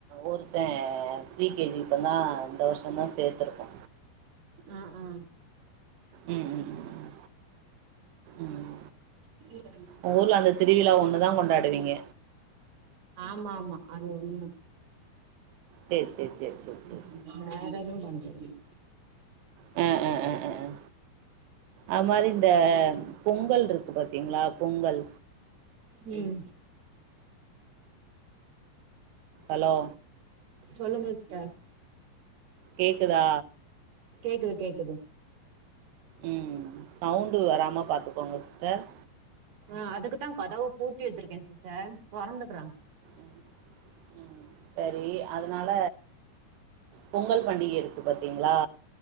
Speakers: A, on the right; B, on the right.
A: ஒருத்த ப்ரீ கே ஜி இப்பந்தா இந்த வருஷந்தா சேத்துருக்கோ
B: அ அ
A: ம் ம் ம் ம்
B: <inaudible>
A: உங்க ஊர்ல அந்த திருவிழா ஒன்னு தா கொண்டாடுவீங்க
B: ஆமா ஆமா அது ஒண்ணு
A: சேரி சேரி சேரி சேரி
B: வேற
A: சேரி
B: எது பண்றதில்ல
A: அ அ அ அ அ அது மாரி இந்த பொங்கல் இருக்கு பாத்தீங்களா பொங்கல்
B: ம்
A: அலோ
B: சொல்லுங்க ஸ்டர்
A: கேக்குதா
B: கேக்குது கேக்குது
A: ம் சவுண்டு வராம பாத்துக்கோங்க ஸ்டர்
B: அ அதுக்குதா கதவ பூட்டி வச்சிருக்கே சிஸ்ட தொறந்தட்றாங்க
A: ம் ம் சரி அதனால பொங்கல் பண்டிகை இருக்கு பாத்தீங்களா